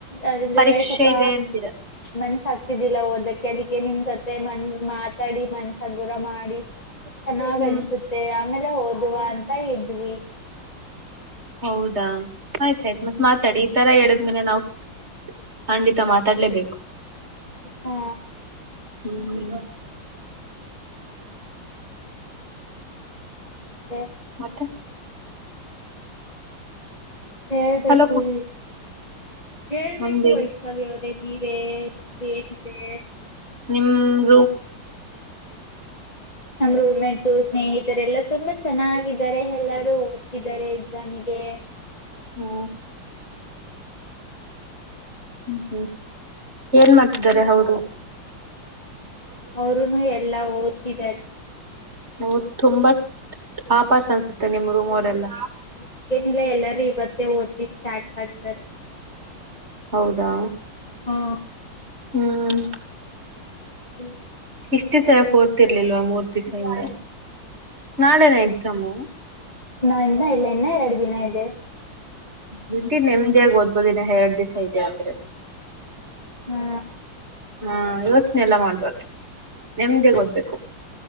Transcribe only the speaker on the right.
ಪರೀಕ್ಷೆ
ಇದೆ ಅಂತೀರಾ
ಹ್ಮ್
ಹೌದಾ ಆಯ್ತ್ಾಯಯ್ತ್ು ಮತ್ತ್ ಮಾತಾಡಿ ಈ ತರ ಹೇಳದ್್ಮೇಲೆ ನಾವವು ಖಂಡಿತ ಮಾತ್ರ ತರ್ಲೇಬೇಕು
ಹ್ಮ್
ಮತ್ತೆ
ಹಲೋ ಕು
ನಮ್ದೇ
ನಿಮ್ಮ
ಹ್ಮ್ ಹ್ಮ್ ಹ್ಮ್ ಏನ್ ಮಾಡ್ತಿದಿದ್ದಾರೆ ಹೌದು
ಹ ತುಂಬಾ ಆಪಸ್ ಅನ್ಸುತ್ತೆ
ನಿಮ್ ರೂಮ್ ಅವರೆಲ್ಲ
ಹೌದಾ
ಹ್ಮ್
ಇಷ್ಟು ದಿಸಾ ಯಾಕ್ ಓದ್ತಿರ್ಲಿಲ್ವ ಮೂರ್ ದಿಸಇಂದ ನಾ ಳೆ ನಾ ಎಕ್ಸಾಮು
ನಿಮ್ದೇ ನೆಮ್ಮದಿಯಾಗಿ ಓದ್ಬೋ ಒಂದಿನ ಎರಡ್ ದಿಸಾ ಇದೆ ಗ್ಯಾಪ್
ಹಾ ಯೋಚನೆ ಎಲ್ಲಾ ಮಾಡ್ಬಾರ್ದು ನೆಮ್ಮದಿಯಾಗಿ ಓದ್ಬೇಕು